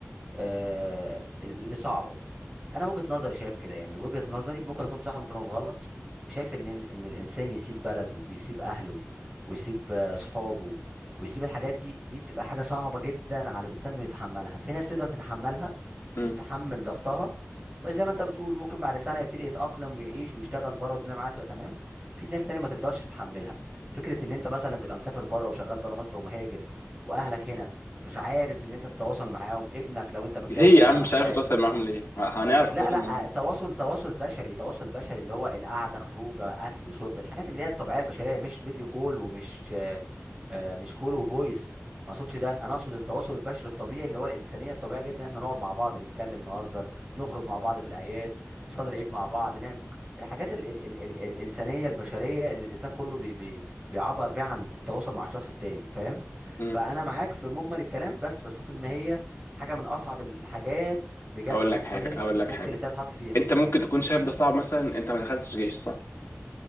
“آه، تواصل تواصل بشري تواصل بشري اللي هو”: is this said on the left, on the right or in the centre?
Right